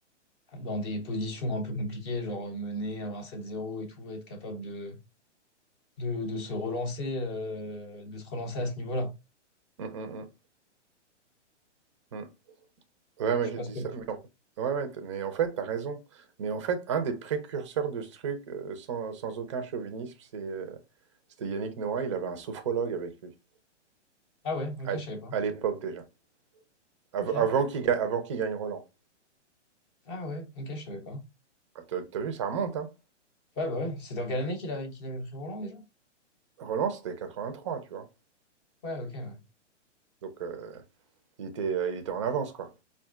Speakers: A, on the left; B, on the right.
A: dans des positions un peu compliquées, genre euh, mener à un 7 zéro et tout, être capable de, de, de se relancer, euh, de se relancer à ce niveau-là.
B: Mmh, mmh, mmh, mmh. Ouais, ouais,
A: Je sais
B: j'ai
A: pas
B: dit
A: ce
B: ça,
A: que...
B: mais en ouais, ouais, t mais en fait, t'as raison. Mais en fait, un des précurseurs de ce truc, heu, sans sans aucun chauvinisme, c'est, heu, c'était Yannick Noah, il avait un sophrologue avec lui,
A: Ah ouais, ok,
B: à
A: je savais pas.
B: à l'époque déjà, av
A: Ok.
B: avant qu'il ga avant qu'il gagne Roland.
A: Ah ouais, ok, je savais pas.
B: Ah, tu as vu, ça remonte, hein?
A: Ouais, bah ouais. C'est dans quelle année qu'il a, qu'il avait pris Roland déjà?
B: Roland, c'était 83, tu vois?
A: Ouais, ok, ouais.
B: Donc heu, il était, heu, il était en avance, quoi.